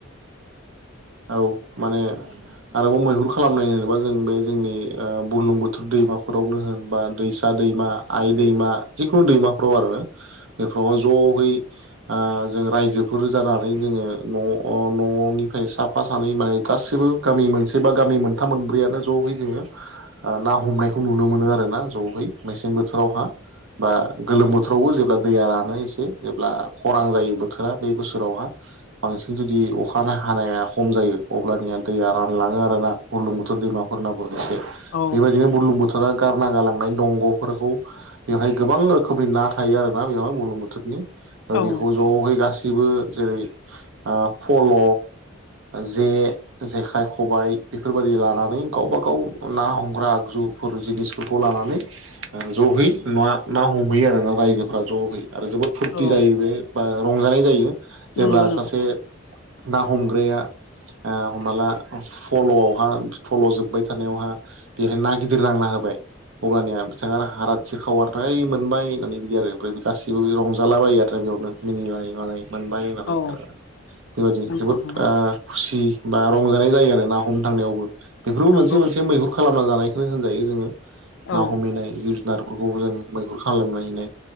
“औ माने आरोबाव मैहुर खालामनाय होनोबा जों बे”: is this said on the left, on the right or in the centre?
Right